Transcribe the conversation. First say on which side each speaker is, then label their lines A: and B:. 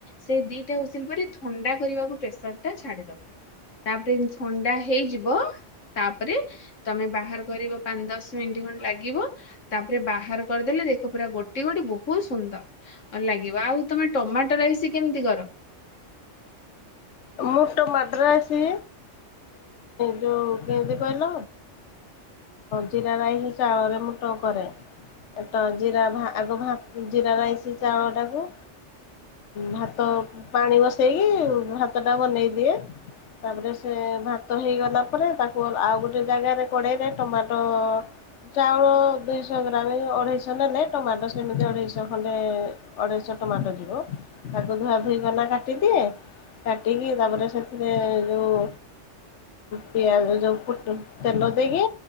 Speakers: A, on the left; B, on the left.
A: ସେ ଦିଟା ହସିଲ ପରେ ଥଣ୍ଡା କରିବାକୁ ପ୍ରେସର ଟା ଛାଡିଦବ ତାପରେ ଥଣ୍ଡା ହେଇଯିବ। ତାପରେ ତମେ ବାହାର କରିବ ପାଞ୍ଚ ଦଶ ମିନିଟ ଖଣ୍ଣ୍ଡ ଲାଗିବ ତାପରେ ବାହାର କରିଦେଲେ ଦେଖ ପୁରା ଗୋଟି ଗୋଟି ବହୁତ ସୁନ୍ଦର ଲାଗିବ ଆଉ ତମେ ଟମାଟୋ ରହିସ କେମିତି କର
B: ମୁଟ ମାଟର ଆସି ଯୋଉ କେମିତି କହିଲ ଜିରା ରାଇସ୍ ଚାଉଳରେ ମୁଟ କରେରା ଆଗ ଜିରା ରାଇସ୍ ଚାଉଳ ଟାକୁ ଭାତ ପାଣି ବସେଇକିାତ ଭାତଟା ବନେଇ ଦିଏ ତାପରେ ସେ ଭାତ ହେଇଗଲା ପରେ ତାକୁ ଆଉ ଗୋଟେ ଜାଗାରେ କୋଡ଼େଇଲେ ଟମାଟୋ ଚାଉଳ ଦୁଇଶହ ଗ୍ରାମ ଅଢ଼େଇଶହ ନେଲେ ଟମାଟୋ ସେମିତି ଅଢ଼େଇଶହ ଖଣ୍ଡେ ଅଢ଼େଇଶହ ଟମାଟୋ ଯିବ ତାକୁ ଧୁଆ ଧୁଇ କନା କାଟିଦିଏ କାଟିକି ତାପରେ ସେଥିରେ ଯେଉଁ ପିଆଜ ଯେଉଁ ଫୁଟ ତେଲ ଦେଇକି